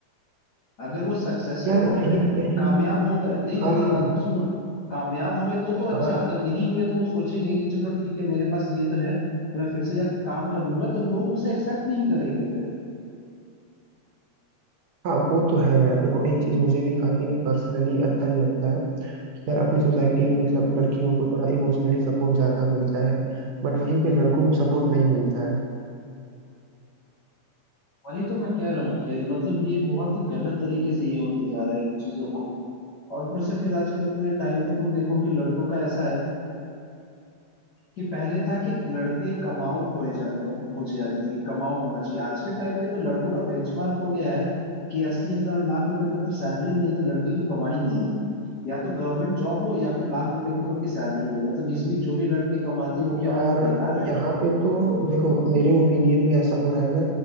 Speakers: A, on the left; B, on the right.
A: अगर वो सक्सेसफुल
B: यार
A: हो
B: कहीं
A: गए
B: ना कहीं
A: कामयाब हो गए नहीं नहीं
B: हाँ
A: मेरी
B: हाँ
A: बात तो सुनो कामयाब हो गए तो तो अच्छा
B: हाँ
A: अगर नहीं हुए तो वो सोचेंगे कि चलो ठीक है मेरे पास ये तो है मैं फिर से जाकर काम कर लूंगा तो लोग उसे एक्सेप्ट नहीं करेंगे फिर
B: हाँ वो तो है यार देखो एक चीज मुझे भी काफी ना पर्सनली अच्छा नहीं लगता है कि यार अपनी सोसाइटी में मतलब लड़कियों को थोड़ा इमोशनली सपोर्ट ज्यादा मिलता है बट वहीं पे लड़कों को सपोर्ट नहीं मिलता है
A: वही तो मैं कह रहा हूँ कि मतलब ये बहुत ही गलत तरीके से ये होते जा रहा है चीजों को और ऊपर से फिर आजकल के टाइम पे तुम देखो कि लड़कों का ऐसा है कि पहले था कि लड़के कमाऊ खोए जा मतलब खोजे जाते थे कि कमाऊ होना चाहिए आज के टाइम पे तो लड़कों का बेंचमार्क हो गया है कि अस्सी हजार लाख रुपए का अगर सैलरी नहीं है तो लड़के की कमाई नहीं है या तो गवर्नमेंट जॉब हो या फिर लाख रुपए के ऊपर की सैलरी हो मतलब इस बीच जो भी लड़के कमाते हैं वो क्या
B: यार
A: मतलब बेकार है
B: यहाँ पे तो देखो मेरे ओपिनियन में ऐसा हो रहा है ना